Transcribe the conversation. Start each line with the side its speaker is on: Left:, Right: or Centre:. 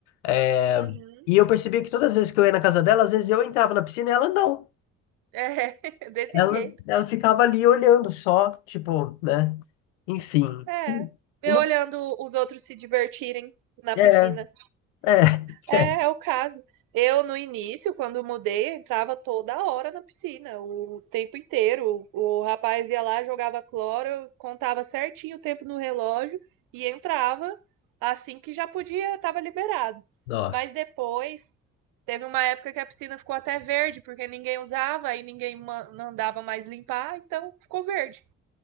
Left: é,
Right: Uhum.
Left: e eu percebi que todas as vezes que eu ia na casa dela, às vezes eu entrava na piscina e ela não.
Right: É, <laughs> desse
Left: Ela,
Right: jeito.
Left: ela ficava ali olhando só, tipo, né? Enfim.
Right: É.
Left: E
Right: Eu
Left: e não,
Right: olhando os outros se divertirem na
Left: é,
Right: piscina.
Left: é. <laughs>
Right: É,
Left: é.
Right: é o caso. Eu, no início, quando mudei, entrava toda hora na piscina, o tempo inteiro. O, o rapaz ia lá, jogava cloro, contava certinho o tempo no relógio e entrava assim que já podia, estava liberado.
Left: Nossa.
Right: Mas depois, teve uma época que a piscina ficou até verde, porque ninguém usava e ninguém ma- mandava mais limpar, então ficou verde